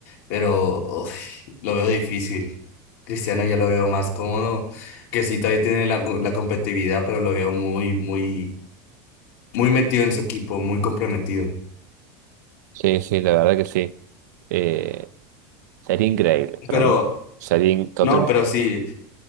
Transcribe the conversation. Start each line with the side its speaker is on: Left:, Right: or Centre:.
Left: pero uf, lo veo difícil. Cristiano ya lo veo más cómodo, que sí, todavía tiene la, la competitividad, pero lo veo muy, muy, muy metido en su equipo, muy comprometido.
Right: Sí, sí, la verdad que sí. Eh, sería increíble para
Left: Pero,
Right: mí. Sería in- totalmente.
Left: no, pero sí,